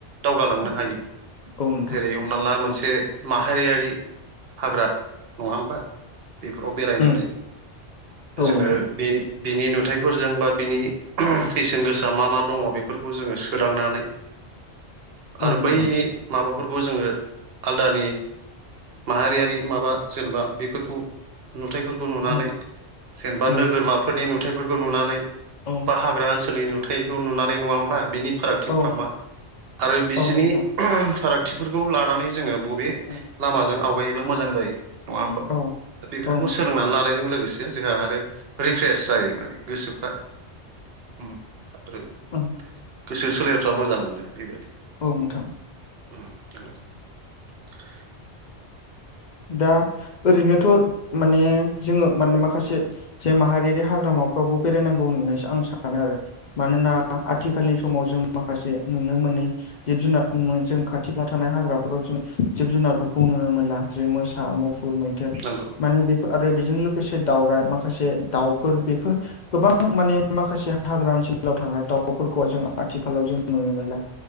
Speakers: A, on the right (about 65°); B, on the left (about 55°).
A: दावगालांनो हायो
B: औ नोंथां
A: जेरै हमनाला मोनसे माहारियारि हाग्रा नङा होमबा बेफोराव बेरायनानै
B: उम औ
A: जोङो
B: नोंथां
A: बे बिनि नुथायफोरजों बा बिनि बेसेन गोसा मा मा दङ बेफोरखौ जोङो सोदांनानै
B: <inaudible>
A: आरो
B: नोंथां
A: बैनि माबाफोरखौ जोङो आलदानि माहारियारि माबा जेनेबा बेफोरखौ नुथायफोरखौ नुनानै
B: औ
A: जेनेबा
B: उम
A: नोगोरमाफोरनि नुथायफोरखौ नुनानै
B: औ
A: बा हाग्रा ओनसोलनि नुथायखौ नुनानै नङा होमबा बिनि फारागथिफ्रा
B: औ
A: मा आरो बिसोरनि
B: औ नोंथां
A: फारागथिफोरखौ लानानै जोङो बबे
B: उम
A: लामाजों आवगायोबा मोजां जायो नङा होमबा
B: औ
A: दा बेफोरखौ
B: औ नोंथां
A: सोलोंनानै लानायजों लोगोसे जोंहा आरो रिफ्रेस जायो माने गोसोफ्रा उम <unintelligible>
B: ओं
A: गोसो सोलेरफ्रा मोजां मोनो बेबायदि
B: औ नोंथां
A: <unintelligible>
B: दा ओरैनोथ' माने जोङो माने माखासे जे माहारियारि हाग्रामाफ्रावबो बेरायनांगौ होननानैसो आं सानो आरो मानोना आथिखालनि समाव जों माखासे नुनो मोनो जिब जुनार जों खाथि खाला थानाय हाग्राफोराव जों जिब जुनार खौ नुनो मोनला जे मोसा मुफुर मैदेर
A: नंगौ
B: माने बे आरो बेजों लोगोसे दावराइ माखासे दाउफोर बेफोर गोबां माने माखासे हाग्रा ओनसोलाव थाग्रा दाउफोरखौ जों आथिखालाव जों नुनो मोनला